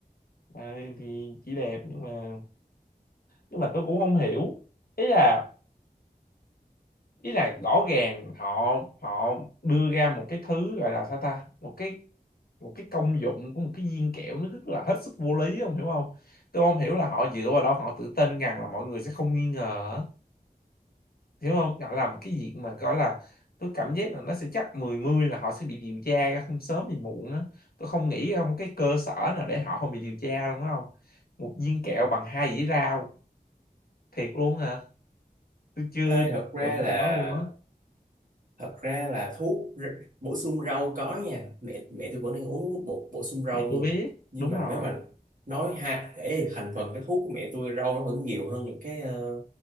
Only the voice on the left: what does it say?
à, thì chỉ đẹp nhưng mà nhưng mà tôi cũng không hiểu ý là ý là rõ ràng họ họ đưa ra một cái thứ gọi là sao ta một cái một cái công dụng của một cái viên kẹo nó rất là hết sức vô lý không hiểu không tôi không hiểu là họ dựa vào đó họ tự tin rằng là mọi người sẽ không nghi ngờ hiểu không họ làm cái việc mà gọi là tôi cảm giác là nó sẽ chắc 10-10 là họ sẽ bị điều tra ra không sớm thì muộn á tôi không nghĩ không cái cơ sở nào để họ không bị điều tra luôn đó không một viên kẹo bằng hai dĩa rau thiệt luôn hả tôi chưa
tưởng
gì đó luôn á
thì tôi
biết
đúng
rồi